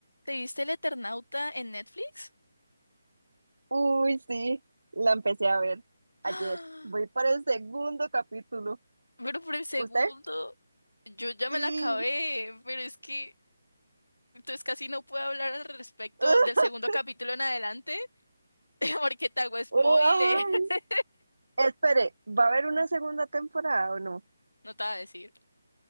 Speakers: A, on the left; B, on the right.
A: ¿Te viste El Eternauta en Netflix?
B: Uy, sí, la empecé a ver ayer.
A: ¡Ah!
B: Voy para el segundo capítulo.
A: Pero por el segundo,
B: ¿Usted?
A: yo ya
B: Sí.
A: me la acabé, pero es que entonces casi no puedo hablar al respecto
B: <laughs>
A: del segundo capítulo en adelante <laughs> porque te hago spoiler,
B: Ay.
A: <laughs>
B: Espere, ¿va a haber una segunda temporada o no?
A: no te voy a decir.